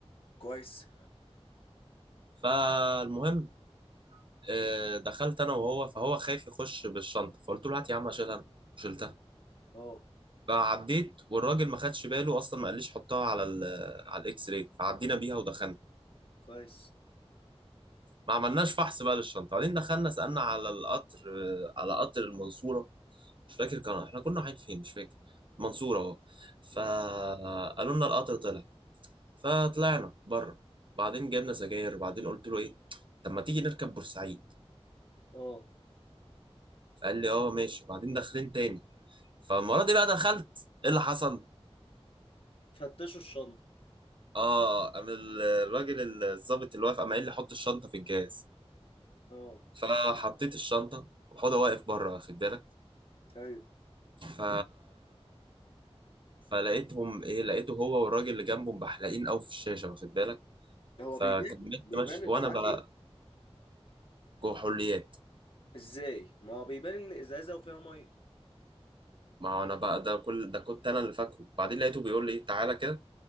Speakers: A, on the left; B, on the right.
A: كويس
B: فالمهم آه، دخلت انا وهو فهو خايف يخش بالشنطة فقلت له هات يا عم اشيلها أنا. وشلتها.
A: اه
B: فعديت والراجل ما خدش باله اصلا ما قاليش حطها على ال آه، على الاكس راي فعدينا بيها ودخلنا
A: كويس
B: ما عملناش فحص بقى للشنطه بعدين دخلنا سالنا على القطر آه، على قطر المنصوره مش فاكر كان احنا كنا رايحين فين مش فاكر المنصوره اهو فقالوا
A: اه
B: لنا القطر طلع فطلعنا بره بعدين جبنا سجاير بعدين قلت له ايه طب ما تيجي نركب بورسعيد
A: اه
B: فقال لي اه ماشي بعدين داخلين تاني فالمره دي بقى دخلت ايه اللي حصل
A: فتشوا الشنطة
B: اه قام الراجل الظابط اللي واقف قام قايل لي حط الشنطه في الجهاز
A: اه
B: فحطيت الشنطة وحوضة واقف بره واخد بالك
A: ايوه
B: ف... فلقيتهم ايه لقيته هو والراجل اللي جنبه بحلقين قوي في الشاشة واخد بالك
A: هو
B: فكملت
A: بيبان بيبان
B: ماشي
A: أنت
B: وانا
A: معاك
B: بقى
A: إيه
B: جوه حليات
A: إزاي ما هو بيبان إن إزازة وفيها مية
B: ما هو انا بقى ده كل ده كنت انا اللي فاكره بعدين لقيته بيقول لي ايه تعالى كده